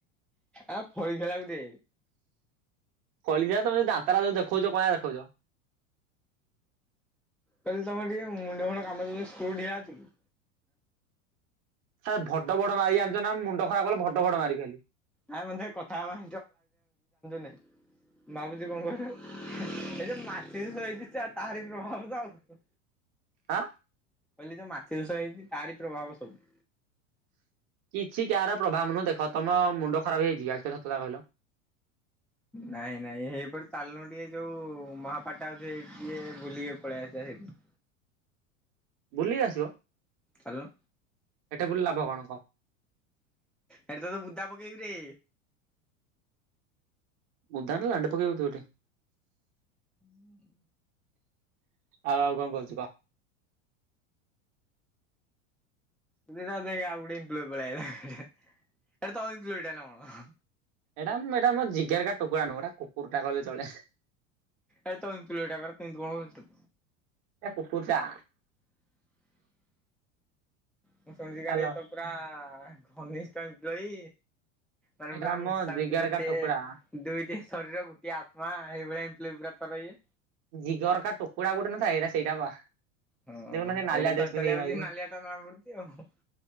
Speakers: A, in the centre; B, on the right.
A: ଆ ଫଳିଗଲା ଗୋଟେ।
B: କଳି ଯା ତମେ ଯାତ୍ରା ଯୋଉ ଦେଖଉଛ କଣ ଦେଖଉଛ।
A: କହିଲି ତମ ଟିକେ ମୁଣ୍ଡ ଫୁଣ୍ଡ କାମ ଦୋଉନି ସ୍କୃ ଢ଼ିଲା ଅଛି କି?
B: ସାର୍ ଭଡ ବଡ ମାଇ ଯାଣିଛନା ମୁଣ୍ଡ ଖରାପ କଲେ ଭଡ ଭଡ ମାରି ଖାଲି
A: ନା ବନ୍ଧୁ କଥା ହବା <unintelligible> ଭାବୁଛି କଣ କହିଲୁ, ଏ ଯୋଉ ମାଚିସ଼୍ ଥୁଆ ହେଇଛି ଆଉ ତାରି ପ୍ରଭାବ ତ ଆଉ।
B: ଆ?
A: କହିଲି ଯୋଉ ମାଚିସ଼୍ ଥୁଆ ହେଇଛି ତାରି ପ୍ରଭାବ ସବୁ।
B: କିଛି କାହାର ପ୍ରଭାବ ନୁହଁ ଦେଖ ତମ ମୁଣ୍ଡ ଖରାପ ହେଇଛି ଆ ସତଟା କହିଲ?
A: ନାଇଁ ନାଇଁ ହେଇପଟେ ଚାଲୁନୁ ଟିକେ ଯୋଉ ମହାପାଠ ଆଉ ସେ ଟିକେ ବୁଲିକି ପଳେଇ ଆସିବା ସେଇଠି।
B: ବୁଲିକି ଆସିବ?
A: ଚାଲୁନ।
B: ହେଟା ବୁଲି ଲାଭ କଣ କହ?
A: ହେଠି ତତେ ବୁଦା ପକେଇବି ରେ।
B: !!!!!!!!!!!!!
A: ହୁଁ
B: ଆଉ ଆଉ କଣ କହୁଛୁ କହ?
A: <unintelligible> ଦେଖେ ଆଉ ଗୋଟେ ଏମ୍ପ୍ଲୋଇ ପଳୀ ଅଇଲା। ଏଟା ତମ ଏମ୍ପ୍ଲୋଇ ଟା ନା କଣ?
B: ଏଇଟା, ଏଇଟା ମୋର ଜିଗର କା ଟୁକୁରା ନୁହଁ, ଏଟା କୁକୁର ଟା କହିଲେ ଚଳେ।
A: ଆରେ ତମ ଏମ୍ପ୍ଲୋଇ ଟା ବା ଏମିତି କଣ ହୋଉଛୁ?
B: ଏ କୁକୁର୍ ଟା।
A: ମୁଁ ଶୁଣିଛି ତମେ
B: ହାଲୋ
A: କାଳେ ପୁରା ଘନିଷ୍ଠ ଏମ୍ପ୍ଲୋଇ? ମାନେ
B: ଏଇଟା
A: ପୁରା
B: ଆମ
A: ମିଶାମିସି
B: ଜିଗାରକା
A: ଗୋଟେ
B: ଟୁକୁଡା
A: ଦୁଇଟି ଶରୀର ଗୋଟିଏ ଆତ୍ମା ଏଇଭଳିଆ ଏମ୍ପ୍ଲୋଇ ପୁରା ଇଏ।
B: ଜିଗର କା ଟୁକୁଡ଼ା ଗୋଟେ ନଥାଏ ଏଇଟା ସେଇଟା ବା।
A: ହଁ
B: ଦେଖୁନ ସେ ନାଲିଆ
A: ଏଇଟା
B: ଡ୍ରେସ
A: ଚାଲି
B: ପିନ୍ଧିକି
A: ଚାଲି ଆଉଛି
B: ଭାଇ
A: ନାଲିଆ ଟା ଯାଣା ପଡୁଛି ଆଉ।